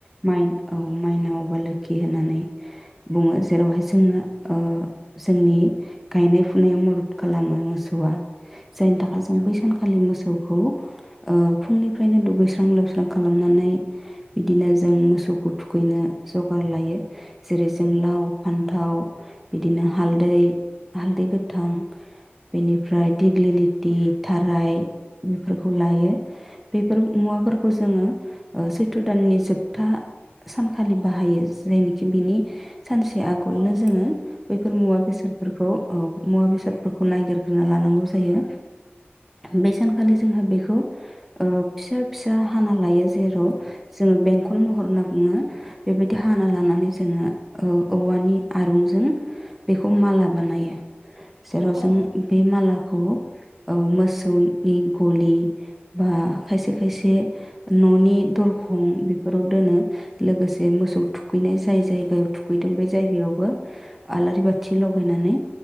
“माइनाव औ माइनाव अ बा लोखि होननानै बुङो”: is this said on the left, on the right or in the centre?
Centre